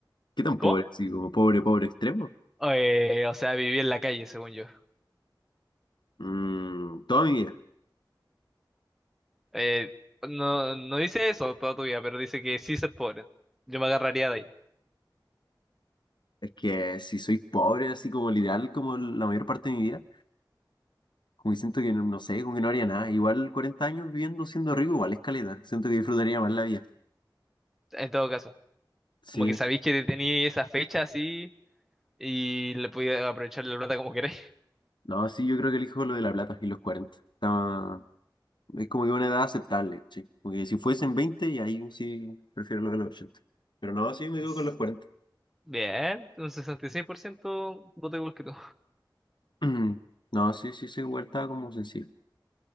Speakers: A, on the left (about 70°); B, in the centre.
A: Qué tan
B: ¿Cómo?
A: pobre, así como pobre, pobre extremo.
B: Eh, o sea, vivir en la calle, según yo.
A: Mm, toda mi vida.
B: Eh, no, no dice eso toda tu vida, pero dice que sí ser pobre. Yo me agarraría de ahí,
A: Es que si soy pobre, así como el ideal, como la mayor parte de mi vida, como que siento que no, no sé, como que no haría nada. Igual 40 años viviendo siendo rico, igual es caleta. Siento que disfrutaría más la vida.
B: en todo caso.
A: Sí,
B: Como que sabéis que tenéis esa fecha así y le podéis aprovechar la plata como queréis. <laughs>
A: no, sí, yo creo que elijo lo de la plata y los 40. Está, Es como que una edad aceptable, sí. Porque si fuesen 20 y ahí sí prefiero lo de los 80. Pero no, sí me
B: Entonces,
A: quedo con los cuarenta
B: bien, un 66% voto igual que tú.
A: <clears throat> No, sí, sí, sí, igual estaba como sencillo.